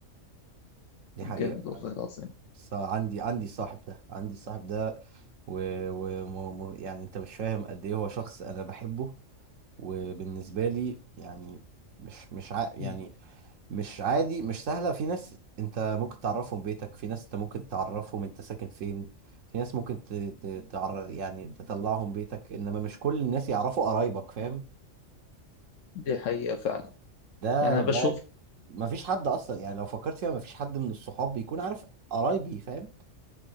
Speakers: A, on the right (about 80°); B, on the left (about 75°).
A: دي
B: طب
A: حقيقه
B: جامد والله العظيم
A: بس عندي عندي صاحب ده عندي صاحب ده و... و... م... م... يعني انت مش فاهم قد ايه هو شخص انا بحبه وبالنسبه لي يعني مش مش ع... يعني
B: مم.
A: مش عادي مش سهله في ناس انت ممكن تعرفهم بيتك في ناس انت ممكن تعرفهم انت ساكن فين في ناس ممكن ت... ت... تعرف يعني تطلعهم بيتك انما مش كل الناس يعرفوا قرايبك فاهم
B: دي حقيقة فعلا
A: ده
B: يعني انا بشوف
A: ده ما فيش حد اصلا يعني لو فكرت فيها ما فيش حد من الصحاب بيكون عارف قرايبي فاهم